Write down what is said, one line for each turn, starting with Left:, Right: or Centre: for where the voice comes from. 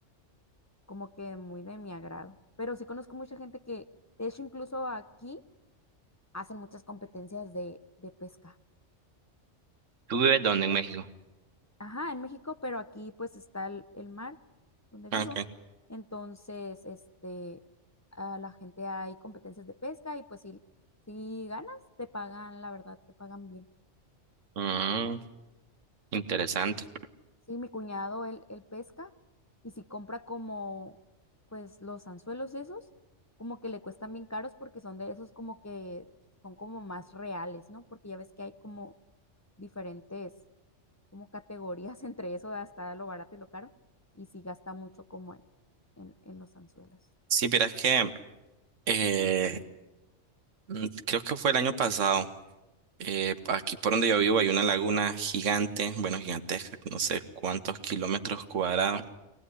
Left: como que muy de mi agrado. Pero sí conozco mucha gente que, de hecho, incluso aquí hacen muchas competencias de, de pesca.
Right: ¿Tú vives dónde en México?
Left: Ajá, en México, pero aquí pues está el, el mar donde
Right: Ah,
Left: vivo.
Right: Okay.
Left: Entonces, este, a la gente hay competencias de pesca y pues si, si ganas, te pagan, la verdad, te pagan bien.
Right: Mm, interesante.
Left: Sí, mi cuñado, él, él pesca y si compra como, pues los anzuelos esos, como que le cuestan bien caros porque son de esos como que son como más reales, ¿no? Porque ya ves que hay como diferentes, como categorías <laughs> entre eso, hasta lo barato y lo caro, y sí gasta mucho como en, en, en los anzuelos.
Right: Sí, pero es que eh, Mm, Creo que fue el año pasado. Eh, aquí por donde yo vivo hay una laguna gigante, bueno, gigantesca, no sé cuántos kilómetros cuadrados.